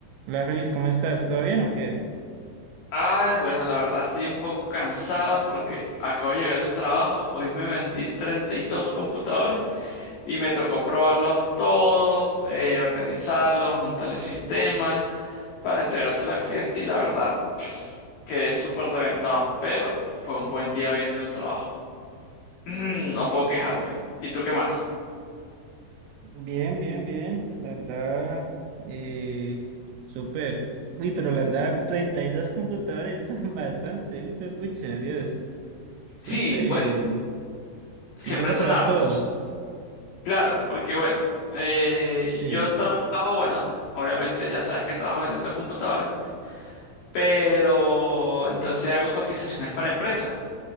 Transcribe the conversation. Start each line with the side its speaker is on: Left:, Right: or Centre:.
Right: Hola Feliz, ¿cómo estás? ¿Todo bien o qué?
Left: Ay, bueno, la verdad estoy un poco cansado porque acabo de llegar del trabajo. Hoy me vendí 32 computadores y me tocó probarlos todos, eh, organizarlos, montar el sistema para entregárselo al cliente y la verdad quedé súper reventado. Pero fue un buen día hoy en el trabajo. <clears throat> No puedo quejarme. ¿Y tú qué más?
Right: Bien, bien, bien. La verdad, eh, súper. Uy, pero la verdad, 32 computadores, <laughs> bastante. Uy, fue mucha, Dios. Siempre.
Left: Sí, bueno, siempre
Right: Y te toca
Left: son
Right: probar
Left: hartos.
Right: todo.
Left: Claro, porque bueno, eh,
Right: Sí,
Left: yo trabajo, bueno, obviamente ya sabes que trabajo vendiendo computadores. pero entonces hago cotizaciones para empresas